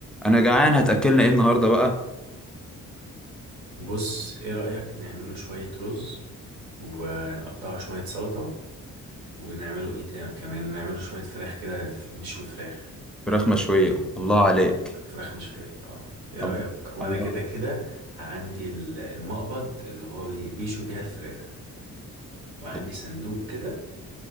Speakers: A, in the centre; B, on the right.
A: انا جعان هتاكلنا ايه النهارده بقى
B: بص ايه رأيك نعمله شوية رز ونقطعه شوية سلطة ونعمله ايه تاني كمان نعمله شوية فراخ كده نشوي فراخ
A: فراخ مشويه الله عليك
B: فراخ مشوية اه ايه
A: الله
B: رأيك وانا
A: الله
B: كده كده عندي ال- المقبض اللي هو بي- بيشوي بيها الفراخ وعندي
A: الله,
B: صندوق كده